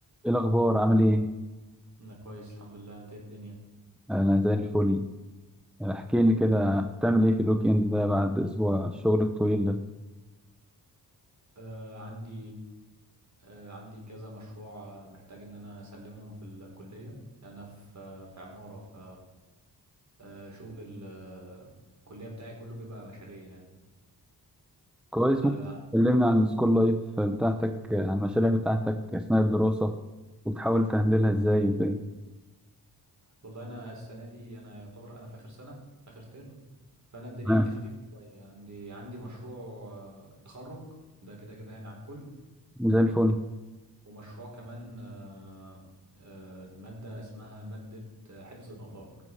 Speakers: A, in the centre; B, on the right.
A: ايه الاخبار عامل ايه
B: انا كويس الحمد لله انت إيه الدنيا
A: انا زي الفل يعني احكي لي كده بتعمل ايه في الويك اند ده بعد اسبوع الشغل الطويل ده
B: آه عندي آه عندي كذا مشروع آه، محتاج ان انا اسلمهم في الكلية انا في آه، في عمارة ف آه شغل ال- آه، الكلية بتاعي كله بيبقى مشاريع يعني
A: كويس
B: آه
A: ممكن تكلمنا عن السكول لايف بتاعتك عن المشاريع بتاعتك اثناء الدراسه وبتحاول تهندلها ازاي وكده
B: والله انا السنة دي انا يعتبر انا في اخر سنة اخر ترم فانا الدنيا
A: تمام
B: عندي خفيفة شوية عندي عندي مشروع آه، التخرج ده كده كده يعني على الكل
A: زي الفل
B: ومشروع كمان آه، آه، المادة اسمها مادة آه، حفظ الآثار